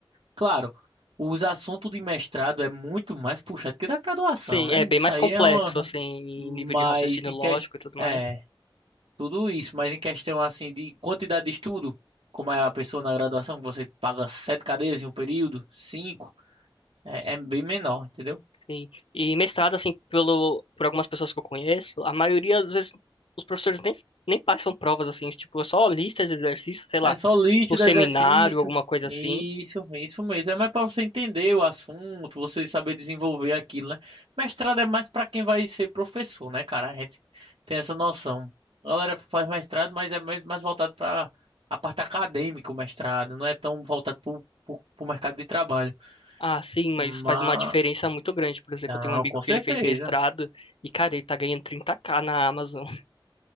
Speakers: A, on the right (about 80°); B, on the left (about 85°).
A: Claro, os assuntos de mestrado é muito mais puxado que da graduação,
B: Sim,
A: né?
B: é bem
A: Isso
B: mais
A: aí
B: complexo,
A: é uma.
B: assim, em
A: Mas
B: nível de raciocínio
A: em
B: lógico
A: que...
B: e tudo
A: É,
B: mais.
A: tudo isso, mas em questão assim de quantidade de estudo, como é a pessoa na graduação, que você paga sete cadeias em um período, cinco, é, é bem menor, entendeu?
B: Sim. E mestrado, assim, pelo, por algumas pessoas que eu conheço, a maioria, às vezes, os professores nem, nem passam provas, assim, tipo, é só listas de exercícios, sei lá,
A: É só líquido,
B: o seminário,
A: exercício.
B: alguma coisa
A: Isso,
B: assim.
A: isso mesmo. É mais pra você entender o assunto, você saber desenvolver aquilo, né? Mestrado é mais pra quem vai ser professor, né, cara? A gente tem essa noção. A galera faz mestrado, mas é mais, mais voltado pra a parte acadêmica, o mestrado. Não é tão voltado pro, pro, pro mercado de trabalho.
B: Ah, sim, mas
A: Mas,
B: faz uma diferença muito grande. Por exemplo,
A: não,
B: eu tenho um amigo
A: com
B: que
A: certeza.
B: ele fez mestrado e, cara, ele tá ganhando 30k na Amazon. <laughs>